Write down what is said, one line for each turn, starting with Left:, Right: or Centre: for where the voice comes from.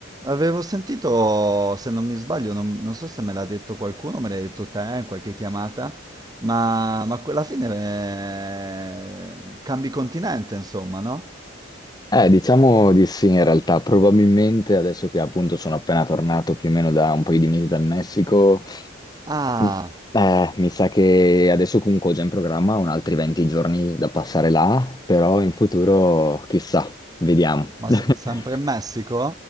Right: Avevo sentito, se non mi sbaglio, non, non so se me l'ha detto qualcuno, me l'hai detto te in qualche chiamata, ma, ma que- alla fine eh, cambi continente, insomma, no?
Left: Eh, diciamo di sì, in realtà, probabilmente adesso che appunto sono appena tornato più o meno da un paio di mesi dal Messico,
Right: Ah,
Left: m- eh, mi sa che adesso comunque ho già in programma un altri 20 giorni da passare là, però in futuro chissà, vediamo.
Right: ma
Left: <laughs>
Right: s- sempre in Messico?